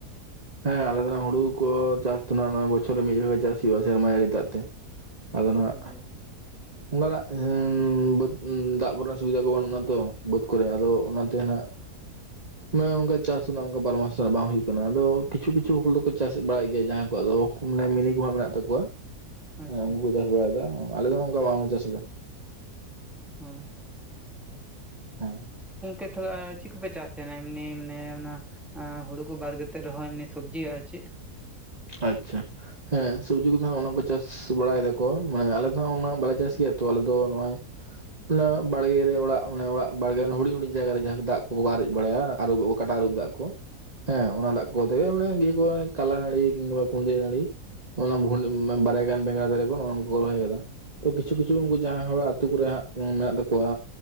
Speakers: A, on the right; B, in the centre.
A: ᱦᱮᱸ ᱟᱞᱮ ᱫᱚ ᱦᱩᱲᱩ ᱠᱚ ᱪᱟᱥ ᱫᱚ ᱱᱟᱜ, ᱵᱚᱪᱷᱚᱨ ᱨᱮ ᱢᱤᱫ ᱫᱷᱟᱣ ᱜᱮ ᱪᱟᱥ ᱦᱩᱭᱩᱜᱼᱟ ᱥᱮᱨᱢᱟ ᱡᱟᱹᱲᱤ ᱫᱟᱜ ᱛᱮ᱾ ᱟᱫᱚ ᱱᱟᱜ
B: ᱚ ᱡᱟᱞᱟ
A: ᱚᱱᱠᱟᱱᱟᱜ ᱵᱟᱹᱫ ᱫᱟᱜ ᱠᱚᱨᱮᱱᱟᱜ ᱥᱩᱵᱤᱫᱷᱟ ᱠᱚ ᱵᱟᱹᱱᱩᱜᱼᱟ ᱛᱚ ᱵᱟᱹᱫ ᱠᱚᱨᱮ ᱟᱫᱚ ᱚᱱᱟᱛᱮ ᱦᱟᱜ ᱚᱱᱮ ᱚᱱᱠᱟ ᱪᱟᱥ ᱨᱮᱱᱟᱜ ᱚᱱᱠᱟ ᱵᱟᱨᱚ ᱢᱟᱥ ᱨᱮᱱᱟᱜ ᱵᱟᱝ ᱦᱩᱭᱩᱜ ᱠᱟᱱᱟ ᱟᱫᱚ ᱠᱤᱪᱷᱩ ᱠᱤᱪᱷᱩ ᱦᱚᱲ ᱫᱚᱠᱚ ᱪᱟᱥ ᱵᱟᱲᱟᱭ ᱜᱮᱭᱟ ᱡᱟᱦᱟᱸ ᱠᱚᱣᱟᱜ ᱫᱚ ᱢᱟᱱᱮ ᱢᱤᱱᱤ ᱠᱚ ᱦᱟᱸᱜ ᱢᱮᱱᱟᱜ ᱛᱟᱠᱚᱣᱟ ᱦᱮᱸ
B: ᱟᱪᱪᱷᱟ
A: ᱩᱱᱠᱩ ᱠᱚ ᱪᱟᱥ ᱵᱟᱲᱟᱭᱮᱫᱟ ᱟᱞᱮ ᱫᱚ ᱚᱱᱠᱟ ᱵᱟᱝᱞᱮ ᱪᱟᱥ ᱮᱫᱟ᱾
B: ᱦᱮᱸ
A: <unintelligible>
B: ᱜᱚᱝᱠᱮ ᱛᱟᱦᱚᱞᱮ ᱪᱮᱫ ᱠᱚᱯᱮ ᱪᱟᱥ ᱛᱟᱦᱮᱱᱟ? ᱮᱢᱱᱤ ᱢᱟᱱᱮ ᱚᱱᱟ ᱟ ᱦᱩᱲᱩ ᱠᱚ ᱵᱟᱫ ᱠᱟᱛᱮᱫ ᱨᱚᱦᱚᱸ ᱮᱢᱱᱤ ᱥᱚᱵᱡᱤᱜ ᱟᱨ ᱪᱮᱫ?
A: ᱟᱪᱪᱷᱟ ᱦᱮᱸ ᱥᱚᱵᱡᱤ ᱠᱚᱫᱚ ᱱᱟᱜ ᱚᱱᱟ ᱠᱚ ᱪᱟᱥ ᱵᱟᱲᱟᱭ ᱫᱟᱠᱚ ᱢᱟᱱᱮ ᱟᱞᱮ ᱫᱚ ᱦᱟᱜ ᱩᱱᱟᱹᱜ ᱵᱟᱞᱮ ᱪᱟᱥ ᱜᱮᱭᱟ ᱛᱚ ᱟᱞᱮ ᱫᱚ ᱱᱚᱜ-ᱚᱭ ᱚᱱᱟ ᱵᱟᱲᱜᱮ ᱨᱮ ᱚᱲᱟᱜ ᱚᱲᱟᱜ ᱵᱟᱲᱜᱮ ᱨᱮ ᱦᱩᱰᱤᱧ ᱦᱩᱰᱤᱧ ᱡᱟᱭᱜᱟ ᱨᱮ ᱡᱟᱦᱟᱸ ᱫᱟᱜ ᱠᱚᱠᱚ ᱠᱚ ᱟᱨᱮᱡ ᱵᱟᱲᱟᱭᱟ ᱟᱹᱨᱩᱚᱵᱚᱜ ᱟᱠᱚ ᱠᱟᱴᱟ ᱟᱹᱨᱩᱵ ᱫᱟᱜ ᱠᱚ, ᱦᱮᱸ ᱚᱱᱟ ᱫᱟᱜ ᱠᱚᱛᱮ ᱜᱮ ᱢᱟᱱᱮ ᱤᱭᱟᱹ ᱠᱚ ᱠᱟᱞᱞᱟ ᱱᱟᱹᱲᱤ ᱠᱤᱝᱵᱟ ᱠᱩᱸᱫᱨᱤ ᱱᱟᱹᱲᱤ ᱚᱱᱟ ᱵᱷ <unintelligible> ᱵᱟᱨᱟᱭ ᱜᱟᱱ ᱵᱮᱸᱜᱟᱲ ᱫᱟᱨᱮ ᱠᱚ ᱱᱚᱜ-ᱚᱭ ᱱᱚᱣᱟ ᱠᱚ ᱨᱚᱦᱚᱭ ᱟᱠᱟᱫᱟ᱾ ᱛᱚ ᱠᱤᱪᱷᱩ ᱠᱤᱪᱷᱩ ᱩᱱᱠᱩ ᱡᱟᱦᱟᱸᱭ ᱦᱚᱲ-ᱟᱜ ᱟᱹᱛᱩ ᱠᱚᱨᱮᱦᱟᱜ ᱢᱮᱱᱟᱜ ᱛᱟᱠᱚᱣᱟ᱾